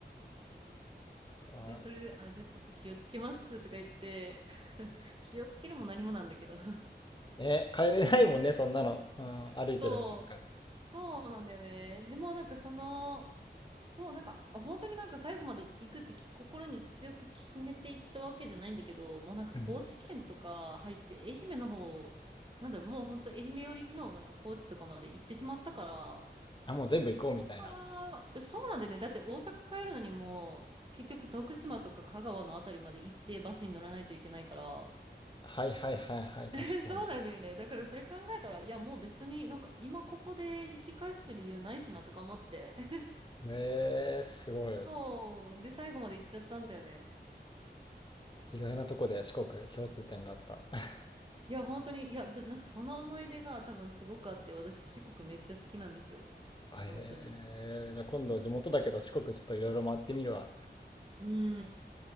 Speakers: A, on the left; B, on the right.
A: あ
B: で、それで、あ、じゃあちょっと気をつけますとか言って、<laughs> 気をつけるも何もなんだけど
A: え、帰れないもんね、そんなの。うん、歩いてるのなんか。
B: そう、そうなんだよね。でもなんかその、そう、なんか本当になんか最後まで行くってき心に強く決めていったわけじゃないんだけど、もうなんか高知県とか入って愛媛の方、
A: うん。
B: なんだろう、もう本当愛媛寄りのなんか高知とかまで行ってしまったから、
A: あ、もう全部行こうみたいな。
B: そこから、そうなんだよね。だって大阪帰るのにもう結局徳島とか香川のあたりまで行ってバスに乗らないといけないから、
A: はいはいはいはい、確かに。
B: <laughs> そうなんだよね。だからそれ考えたら、いやもう別になんか今ここで引き返す理由ないしなとか思って。<laughs>
A: へえー、すごい。
B: そう。で、最後まで行っちゃったんだよね。
A: 意外なとこで四国共通点があった。<laughs>
B: いや、本当に、いや、だなんかその思い出が多分すごくあって、私四国めっちゃ好きなんですよ。
A: へえー、
B: 本当に。
A: じゃあ今度地元だけど四国ちょっといろいろ回ってみるわ。
B: うん。